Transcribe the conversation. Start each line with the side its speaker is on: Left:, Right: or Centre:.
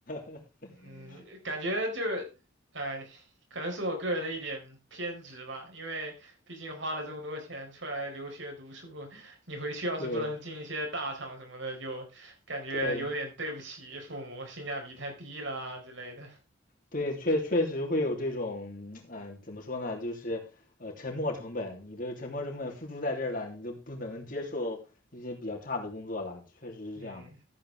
Left: <laughs>
Right: 嗯，感觉就是，哎、可能是我个人的一点偏执吧，因为毕竟花了这么多钱出来留学读书，你回去要是不能进一些大厂什么的，
Left: 对
Right: 就感觉有点对不起父母，
Left: 对
Right: 性价比太低了啊之类的。
Left: 对，确确实会有这种，嗯、呃怎么说呢，就是呃沉没成本，你这沉没成本付出在这儿了，你就不能接受一些比较差的工作了，确实是这样的。
Right: 嗯。